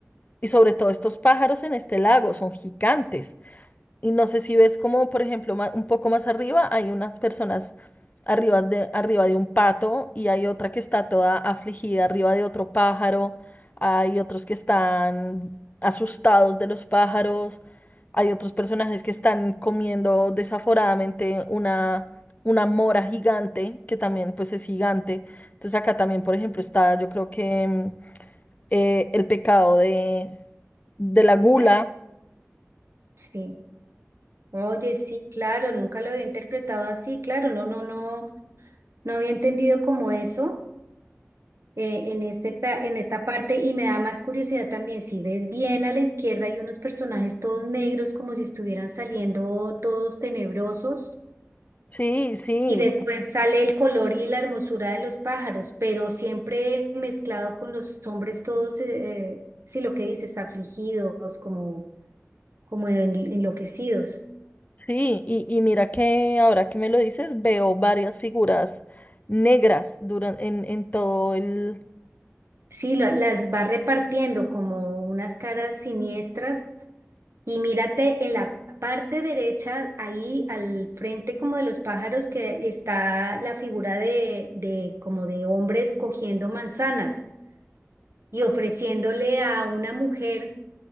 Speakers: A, on the left (about 35°); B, on the right (about 65°).
A: Y sobre todo estos pájaros en este lago son gigantes. Y no sé si ves como, por ejemplo, ma- un poco más arriba hay unas personas arriba de, arriba de un pato y hay otra que está toda afligida arriba de otro pájaro. Hay otros que están asustados de los pájaros. Hay otros personajes que están comiendo desaforadamente una, una mora gigante, que también pues es gigante. Entonces acá también, por ejemplo, está yo creo que mm, eh, el pecado de, de la gula.
B: Sí. Sí. Oye, sí, claro, nunca lo había interpretado así, claro, no, no, no, no había entendido como eso eh, en este, pa- en esta parte y me da más curiosidad también, si ves bien a la izquierda hay unos personajes todos negros como si estuvieran saliendo todos tenebrosos
A: Sí, sí,
B: y después sale el color y la hermosura de los pájaros, pero siempre mezclado con los hombres todos, eh, eh, sí, lo que dices, afligidos, como, como en- enloquecidos.
A: Sí, y, y mira que ahora que me lo dices, veo varias figuras negras duran en, en todo el...
B: Sí, la- las va repartiendo como unas caras siniestras y mírate en la parte derecha, ahí al frente como de los pájaros que está la figura de, de como de hombres cogiendo manzanas y ofreciéndole a una mujer